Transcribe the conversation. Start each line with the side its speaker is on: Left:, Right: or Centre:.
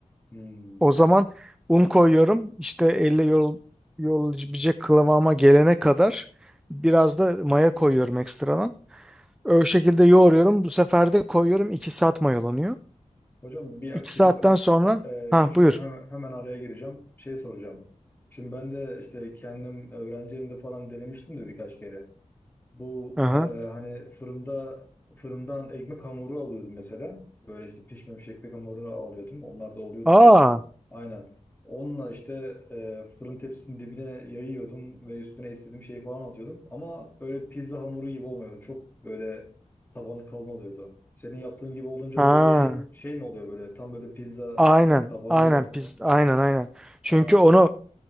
Left: Hmm.
Centre: O zaman un koyuyorum. İşte elle yol, yollayabilecek kıvama gelene kadar biraz da maya koyuyorum ekstradan. O şekilde yoğuruyorum. Bu sefer de koyuyorum. 2 saat mayalanıyor.
Left: Hocam bir
Centre: 2
Left: küçük
Centre: saatten sonra
Left: e,
Centre: ha
Left: küçük
Centre: buyur.
Left: hem- hemen araya gireceğim. Şey soracağım. Şimdi ben de işte kendim öğrenci evimde falan denemiştim de birkaç kere. Bu
Centre: Aha.
Left: e, hani fırında fırından ekmek hamuru alıyordum mesela. Böyle işte pişmemiş ekmek hamuru alıyordum. Onlar da oluyordu
Centre: Aa.
Left: zaten. Aynen. Onunla işte e, fırın tepsisinin dibine yayıyordum ve üstüne istediğim şeyi falan atıyordum. Ama böyle pizza hamuru gibi olmuyordu. Çok böyle tabanı kalın oluyordu. Senin yaptığın gibi olunca
Centre: Ha.
Left: böyle şey şey mi oluyor böyle tam böyle pizza
Centre: Aynen.
Left: tabanı
Centre: Aynen
Left: gibi mi?
Centre: pis. Aynen aynen. Çünkü
Left: Aa,
Centre: onu